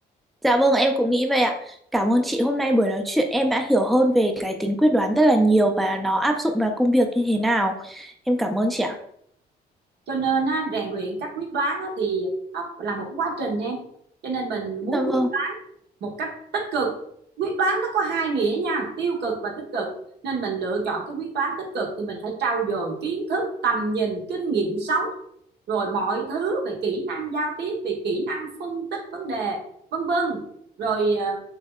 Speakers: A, in the centre; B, on the right (about 70°).
A: Dạ vâng, em cũng nghĩ vậy ạ. Cảm ơn chị hôm nay buổi nói chuyện em đã hiểu hơn về cái tính quyết đoán rất là nhiều và nó áp dụng vào công việc như thế nào. Em cảm ơn chị ạ.
B: cho nên á, rèn luyện cách quyết đoán á, thì nó là một cái quá trình em cho nên mình muốn
A: Dạ vâng.
B: quyết một cách tích cực quyết đoán nó có hai nghĩa nha tiêu cực và tích cực nên mình lựa chọn cái quyết đoán tích cực thì mình phải trau dồi kiến thức tầm nhìn kinh nghiệm sống rồi mọi thứ về kỹ năng giao tiếp về kỹ năng phân tích vấn đề vân vân rồi ờ,